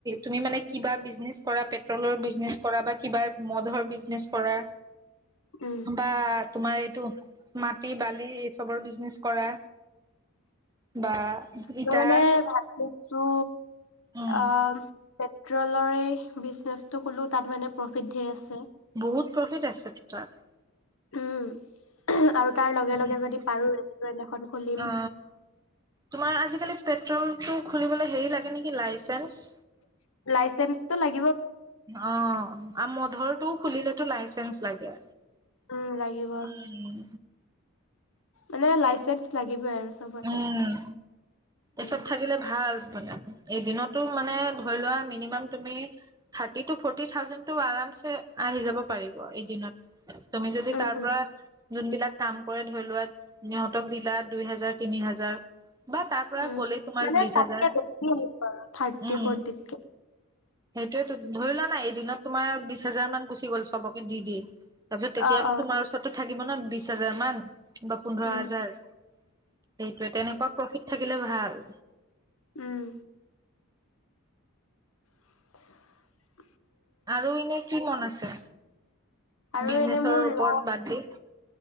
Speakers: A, on the right; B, on the left.
A: তুমি মানে কিবা বিজনেছ কৰা পেট্ৰৰ বিজনেছ কৰা বা কিবা মধৰ বিজনেছ কৰা।
B: উম।
A: বা তোমাৰ এইটো মাটি বালি এই চবৰ বিজনেচ কৰা। বা। ইটাৰ
B: ত মানে ভাবি আছোঁ।
A: উম
B: আহ পেট্ৰলৰে বিজনেচটো খোলো তাত মানে প্ৰফিট ঢেৰ আছে।
A: বহুত প্ৰফিট আছে। তাত
B: উম <unintelligible> আৰু তাৰ লগে
A: উম
B: লগে যদি পাৰো ৰেষ্টুৰেন্ট এখন খুলিম।
A: অ তোমাৰ আজিকালি পেট্ৰলটো খুলিবলে হেৰি লাগে নেকি? লাইচেন্স?
B: লাইচেন্ঞ্চো লাগি।
A: অ আ মধুৰ। টো খুলিলেটো লাইচেঞ্চ লাগে।
B: উম, লাগিব
A: উম
B: মানে লাইচেন্স লাগিবই আৰু। চবতে।
A: উম
B: উম।
A: এছত থাকিলে ভাল। এদিনতো মানে ধৰি লোৱা মিনিমাম তুমি থাৰ্তি টো ফৌৰটি থাউজেণ্ড টো আৰামচে আহি যাব পাৰিব এদিনত। তুমি যদি
B: উম,
A: তাৰ
B: উম।
A: পৰা যোনবিলাক কাম কৰে ধৰি লোৱা। ত সিহঁতক দিলা দুই হেজাৰ, তিনি হাজাৰ। বা তাৰ পৰা
B: উম।
A: গ'লেই তোমাৰ
B: মানে
A: বিশ
B: তাতকে
A: হাজাৰ
B: বেছি আহিব আৰু থাৰ্টি
A: উম।
B: ফৰ্টিতকে।
A: সেইটোয়েটো ধৰি লোৱা না এদিনত তোমাৰ বিশ হেজাৰ মান গুচি গ'ল চবকে দি দি। তাৰপিছত তেতিয়াও
B: অ',
A: টো
B: অ',
A: তোমাৰ ওচৰত থাকিব ন বিশ হাজাৰ মান। বা পোন্ধৰ
B: উম,
A: হাজাৰ। সেইটোৱে তেনেকুৱা প্ৰফিট থাকিলে ভাল।
B: উম। <unintelligible>
A: আৰু এনে কি মন আছে?
B: আৰু
A: বিজনেছৰ
B: এনে মোৰ
A: ওপৰত
B: ল
A: বাদ দি।